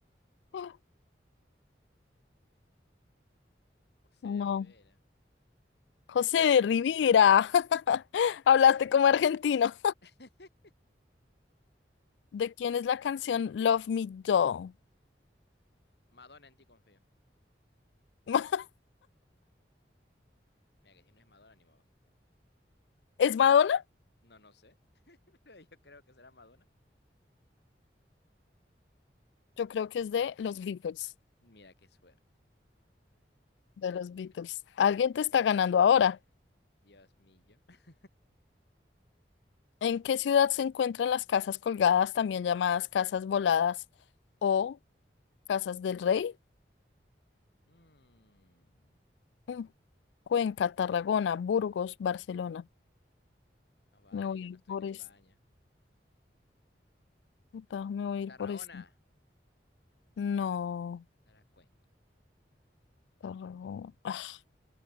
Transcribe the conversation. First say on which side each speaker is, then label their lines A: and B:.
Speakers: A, on the left (about 85°); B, on the left (about 70°).
A: Ah,
B: José
A: No,
B: de Rivera.
A: José
B: Y no.
A: de Rivera. <laughs> Hablaste como argentino.
B: <laughs>
A: ¿De quién es la canción Love Me Do?
B: Madonna en ti confío.
A: <laughs>
B: Mira, que si no es Madonna, ni modo.
A: ¿Es Madonna?
B: No, no sé. <laughs> Pero Yo creo que será Madonna.
A: Yo creo que es de los Beatles.
B: Mira, qué suerte.
A: de los Beatles. Alguien te está ganando ahora.
B: Dios mío. <laughs>
A: ¿En qué ciudad se encuentran las casas colgadas, también llamadas casas voladas o casas del rey?
B: Mm.
A: Mm, Cuenca, Tarragona, Burgos, Barcelona.
B: No vale,
A: Me voy
B: yo
A: a
B: no
A: ir
B: estoy
A: por
B: en España.
A: esto. Me voy a ir
B: Tarragona.
A: por esto. No,
B: Era Cuenca.
A: Tarragona. Ah,